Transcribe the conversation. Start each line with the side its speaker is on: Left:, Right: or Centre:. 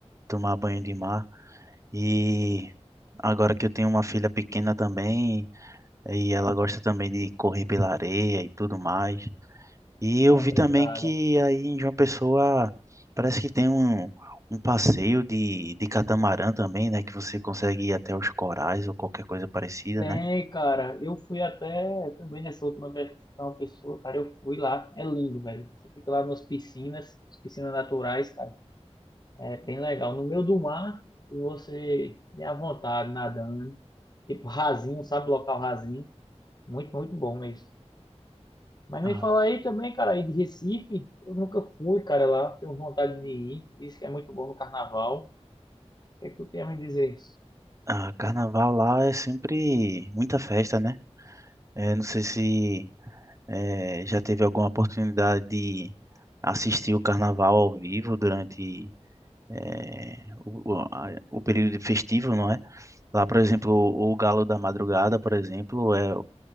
Right: tomar banho de mar. E agora que eu tenho uma filha pequena também, e ela gosta também de correr pela areia e tudo mais. E eu
Left: Dá
Right: vi
Left: uma brincada.
Right: também que aí em João Pessoa parece que tem um, um passeio de, de catamarã também, né? Que você consegue ir até os corais ou qualquer coisa parecida,
Left: Tem,
Right: né?
Left: cara. Eu fui até também nessa última vez que eu fui pra uma pessoa, cara. Eu fui lá. É lindo, velho. Você fica lá nas piscinas, piscinas naturais, cara. É bem legal. No meio do mar, e você é à vontade nadando. Tipo, rasinho, sabe? Local rasinho. Muito, muito bom mesmo. Mas
Right: Ah,
Left: me fala aí também, cara, aí de Recife. Eu nunca fui, cara, lá. Tenho vontade de ir. Diz que é muito bom no carnaval. O que é que tu tem a me dizer?
Right: ah, carnaval lá é sempre muita festa, né? Eh, não sei se eh, já teve alguma oportunidade de assistir o carnaval ao vivo durante eh, o, o, a- o período festivo, não é? Lá, por exemplo, o Galo da Madrugada, por exemplo, é